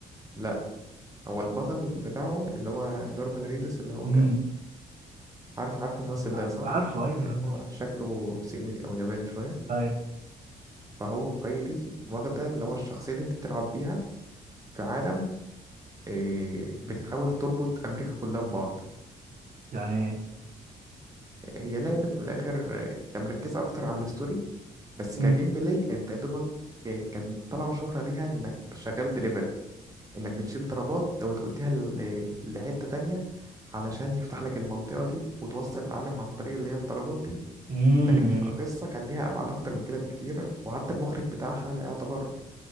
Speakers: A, on the right; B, on the right.
A: لا هو البطل بتاعه اللي هو نورمان ريدس اللي هو
B: امم
A: كان عارف عارف الممثل
B: ع-
A: ده صح
B: عارفه ايوه
A: اللي
B: يا عم
A: هو شكله صيني او ياباني شويه
B: ايوه
A: فهو فهي دي واخده اللي هو الشخصيه اللي انت بتلعب بيها في عالم إيه، بتحاول تربط امريكا كلها ببعض
B: يعني ايه
A: هي لعبت من الاخر آه، كان مركزه اكتر على الستوري بس
B: امم
A: كجيم بلاي انت يا دوبك آه، كان طلع شهره ليها انك شغال دليفري انك بتشيل طلبات او توديها ل- لحتة تانية علشان يفتح لك المنطقة دي وتوصل العالم عن طريق اللي هي الطلبات دي
B: امم
A: لكن هي كقصة كان ليها أبعاد أكتر من كده بكتير وحتى المخرج بتاعها ده يعتبر